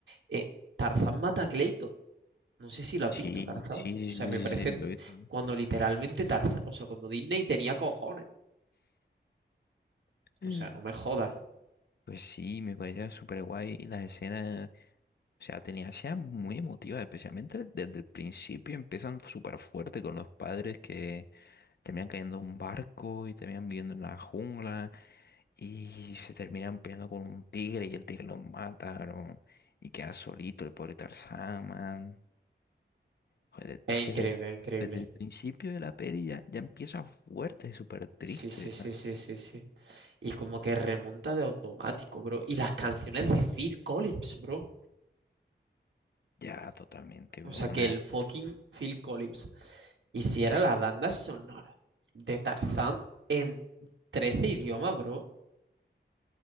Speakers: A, on the right; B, on the left.
A: eh, Tarzán mata a Clayton. No sé si lo has
B: sí,
A: visto, Tarzán.
B: sí, sí,
A: O sea,
B: sí, sí,
A: me
B: sí,
A: parece
B: sí, lo he visto.
A: cuando literalmente Tarzán, o sea, cuando Disney tenía cojones.
B: <laughs>
A: O sea, no me jodas.
B: Pues sí, me parecía súper guay las escenas, o sea, tenía escenas muy emotivas, especialmente desde el principio empiezan súper fuerte con los padres que terminan cayendo en un barco y terminan viviendo en la jungla y se terminan peleando con un tigre y el tigre los mata, ¿no? Y queda solito el pobre Tarzán, man. Joder,
A: Es
B: es
A: increíble,
B: que de-
A: es increíble.
B: desde el principio de la peli ya, ya empieza fuerte, súper triste,
A: Sí, sí, sí,
B: ¿no?
A: sí, sí, sí. Y como que remonta de automático, bro. Y las canciones de Phil Collins, bro.
B: Ya, totalmente,
A: O
B: bro,
A: sea,
B: una...
A: que el fucking Phil Collins hiciera la banda sonora de Tarzán en 13 idiomas, bro.